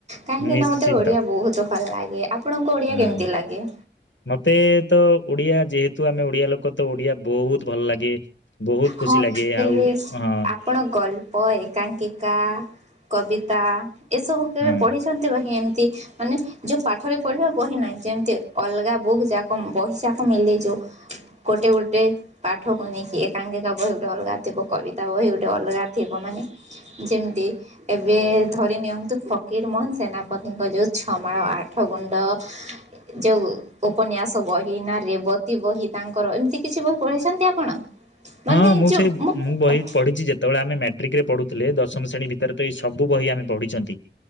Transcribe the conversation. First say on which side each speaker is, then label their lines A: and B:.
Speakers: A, on the right; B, on the left.
A: କାହିଁକି
B: ନିଶ୍ଚିନ୍ତ
A: ନା ମତେ ଓଡିଆ ବହୁତ ଭଲ ଲାଗେ ଆପଣଙ୍କ ଓଡ଼ିଆ
B: ହଁ
A: କେମିତି ଲାଗେ?
B: ମତେ ତ ଓଡିଆ ଯେହେତୁ ଆମେ ଓଡିଆ ଲୋକ ତ ଓଡିଆ ବହୁତ ଭଲ ଲାଗେ। ବହୁତ
A: ହଁ
B: ଖୁସି ଲାଗେ
A: ହେଲେ
B: ଆଉ ହଁ।
A: ଆପଣ ଗଳ୍ପ, ଏକାଙ୍କିକା, କବିତା ଏସବୁ କେବେ
B: ହଁ।
A: ପଢିଛନ୍ତି ବହି ଏମିତି ମାନେ ଯେଉଁ ପାଠରେ ପଢ଼ିବା ବହି ନାହିଁ ଯେମିତି ଅଲଗା ବୁକ୍ ଯାକ ବହି ଯାକ ମେଲେଇଛୁ। ଗୋଟେ ଗୋଟେ ପାଠକୁ ନେଇକି କାଙ୍ଗିକା ବହି ଗୋଟେ ଅଲଗା ଥିବ କବିତା ବହି ଗୋଟେ ଅଲଗା ଥିବ ମାନେ ଯେମିତି ଏବେ ଧରି ନିଅନ୍ତୁ ଫକୀର ମୋହନ ସେନାପତିଙ୍କ ଯୋଉ ଛମାଣ ଆଠ ଗୁଣ୍ଡ। ହ <inaudible> ଯୋଉ ଉପନ୍ୟାସ ବହି ନା ରେବତୀ ବହି ତାଙ୍କର ଏମିତି କିଛି ବହି ପଢ଼ିଚନ୍ତି ଆପଣ? ମାନେ
B: ହଁ ମୁଁ
A: ଯୋଉ
B: ସେଇ ଉଁ
A: ହୁଁ
B: ମୁଁ ବହି ପଢିଛି ଯେତବଳେ ଆମେ ମାଟ୍ରିକ ରେ ପଢ଼ୁଥିଲେ ଦଶମ ଶ୍ରେଣୀ ଭିତରେ ତ ଏଇ ସବୁ ବହି ଆମେ ପଢିଚନ୍ତି।